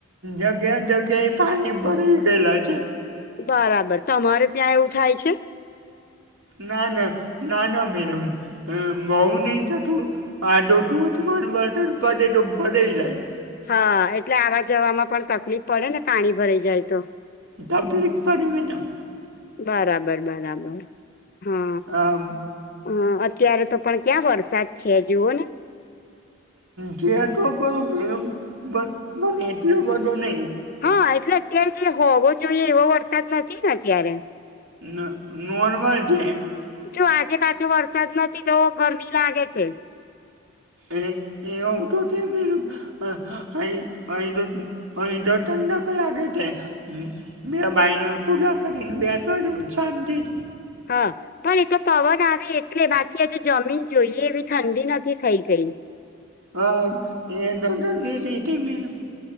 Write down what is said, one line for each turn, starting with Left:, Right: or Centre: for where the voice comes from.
Right: જગ્યા જગ્યા એ પાણી ભરાઈ ગયેલા છે.
Left: બરાબર તમારે ત્યાં એવું થાય છે.
Right: ના ન ના ન મેડમ. અ મોઉ નહી થતું ધોધમાર વરસાદ પાડે <unintelligible> <inaudible> <inaudible> તો બધૂ પડેય જાય.
Left: હા એટલે આવા જવામાં પણ તકલીફ પડે ને પાણી ભરાઈ જાય તો.
Right: તકલીફ પડે મેડમ.
Left: બરાબર બરાબર હા
Right: હા
Left: હા અત્યારે તો. પણ ક્યાં વરસાદ છે જુઓ ને.
Right: છે તો ખરો મેડમ પણ પણ એટલો બધો નહિ.
Left: હા એટલે અત્યારે હોવો જોઈએ એવો વરસાદ નથી ને અત્યારે.
Right: ન નોર્મલ છે.
Left: જો આજે પાછો વરસાદ નથી તો ગરમી લાગે છે.
Right: એ એ ઓટો મે <unintelligible> <inaudible> <inaudible> <inaudible> અય અય તો. અય તો ઠંડક લાગે છે. બે બારણાં ખુલા કરીને બેઠો છું શાંતિથિ.
Left: હ. પણ એ તો પવન આવે એટલે બાકી અજુ જમીન જોઈએ, એવી ઠંડી નથી થઈ ગઈ.
Right: અ અયતો ઠંડી ની તી મેમ.